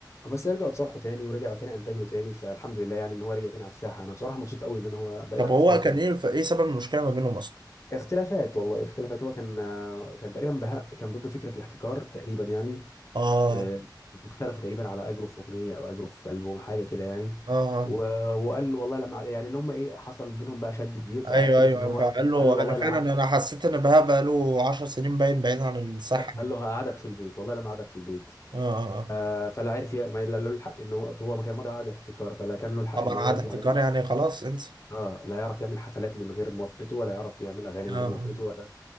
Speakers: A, on the left; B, on the right.
A: بس رجعوا اتصالحوا تاني ورجعوا تاني انتج له تاني فالحمد لله يعني ان هو رجع تاني على الساحه انا بصراحه مبسوط قوي ان انا هو بدات
B: طب هو
A: اسمعه تاني
B: كان ايه ايه سبب المشكله ما بينهم اصلا
A: اختلافات والله اختلافات هو كان كان تقريبا بهاء كان ضد فكره الاحتكار تقريبا يعني
B: اه
A: آه، واختلفوا تقريبا على اجره في اغنيه او اجره في البوم حاجه كده يعني
B: اه آه.
A: و- وقال له والله لما يعني اللي هم ايه حصل بينهم بقى شد كبير فحلف
B: ايوه ايوه
A: ان
B: أيوة.
A: هو
B: فقال له
A: قال له والله
B: انا فعلا
A: لا
B: انا حسيت ان بهاء بقى له 10 سنين باين بعيد عن الصحه يعني
A: قال له هقعدك في البيت والله لا قعدك في البيت
B: اه آه، آه.
A: آه، فلا عرف ي- ما لا له الحق ان هو هو ما كان مضى قعد احتكار فلا كان له الحق
B: طبعا
A: ان هو
B: عاد
A: يطلع
B: احتكار يعني خلاص انت
A: اه لا يعرف يعمل حفلات من غير موافقته ولا يعرف يعمل اغاني
B: اه
A: من غير
B: آه.
A: موافقته ولا